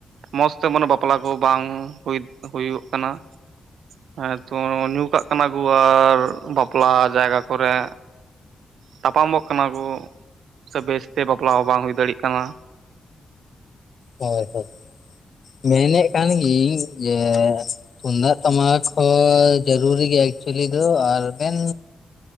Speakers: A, on the right (about 80°); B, on the left (about 60°).
A: ᱢᱚᱸᱡᱽ ᱛᱮ ᱢᱟᱱᱮ ᱵᱟᱯᱞᱟ ᱠᱚ ᱵᱟᱝ ᱦᱩ ᱦᱩᱭᱩᱜ ᱠᱟᱱᱟ ᱾ ᱦᱮᱸᱛᱚ ᱧᱩ ᱠᱟᱜ ᱠᱟᱱᱟ ᱠᱚ ᱟᱨ ᱵᱟᱯᱞᱟ ᱡᱟᱭᱜᱟ ᱠᱚᱨᱮ᱾ ᱛᱟᱯᱟᱢᱚᱜ ᱠᱟᱱᱟ ᱠᱚ, ᱥᱮ ᱵᱮᱥ ᱛᱮ ᱵᱟᱯᱚᱞᱟ ᱦᱚᱸ ᱵᱟᱝ ᱦᱩᱭ ᱫᱟᱲᱮᱭᱟᱜ ᱠᱟᱱᱟ ᱾
B: ᱦᱳᱭ ᱦᱳᱭ, ᱧᱮᱞᱮᱫ ᱠᱟᱱ ᱜᱤᱭᱟᱹᱧ ᱡᱮ ᱛᱩᱢᱫᱟᱜ ᱴᱟᱢᱟᱠ ᱦᱚᱸ ᱡᱟᱹᱨᱩᱨᱤ ᱜᱮᱭᱟ ᱮᱠᱪᱩᱭᱮᱞᱤ ᱫᱚ ᱟᱨ ᱵᱮᱱ